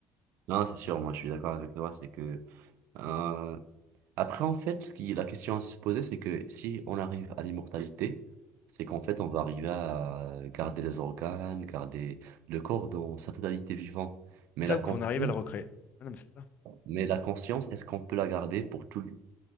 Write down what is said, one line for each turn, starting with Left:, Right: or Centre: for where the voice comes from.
Right: Non, c'est sûr, moi, je suis d'accord avec toi, c'est que... euh, Après, en fait, ce qui, la question à se poser, c'est que si on arrive à l'immortalité, c'est qu'en fait, on va arriver à garder les organes, garder le corps dans sa totalité vivant. Mais
Left: C'est ça
Right: la
Left: ou
Right: conscience,
Left: qu'on arrive à le recréer? Ah non mais c'est ça.
Right: mais la conscience, est-ce qu'on peut la garder pour tout le...